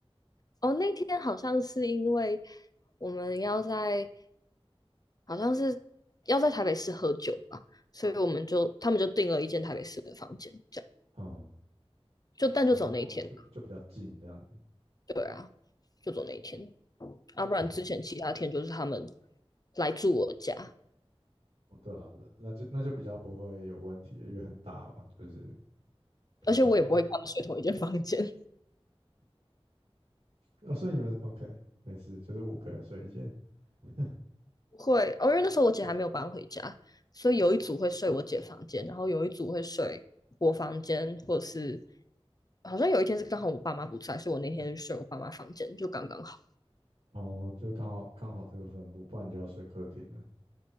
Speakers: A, on the left; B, on the right.
A: 哦，那天好像是因为我们要在好像是要在台北市喝酒吧，所以我们就他们就订了一间台北市的房间，这样
B: 嗯，
A: 就但就走那一天，
B: 哦，就就比较近这样子。
A: 对啊，就走那一天，要、啊不然之前其他天就是他们
B: 嗯，
A: 来住我家，
B: 哦，对啊，那就那就比较不会有问题了因为很大嘛，就是比较多房间。
A: 而且我也不会跟他们睡同一间房间，
B: 哦，所以你们 OK，没事，就是五个人睡一间。<laughs>
A: 会，哦，因为那时候我姐还没有搬回家，所以有一组会睡我姐房间，然后有一组会睡我房间，或者是好像有一天是刚好我爸妈不在，所以我那天就睡我爸妈房间，就刚刚好。
B: 哦，就刚好刚好这个分布，不然你就要睡客厅了。